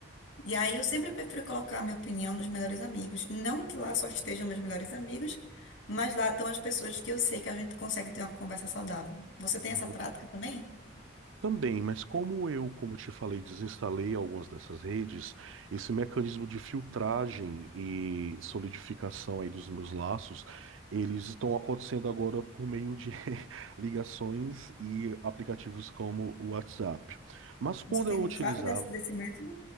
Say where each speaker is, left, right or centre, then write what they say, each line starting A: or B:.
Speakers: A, on the left; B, on the right.
A: E aí eu sempre prefiro colocar a minha opinião nos melhores amigos. Não que lá só estejam meus melhores amigos, mas lá estão as pessoas que eu sei que a gente consegue ter uma conversa saudável. Você
B: uhum.
A: tem essa prática também?
B: Também, mas como eu, como te falei, desinstalei algumas dessas redes, esse mecanismo de filtragem e solidificação aí dos meus laços, eles estão acontecendo agora por meio de <laughs> ligações e aplicativos como o WhatsApp. Mas quando
A: Você tem
B: eu
A: gostado
B: utilizava
A: desse, desse método?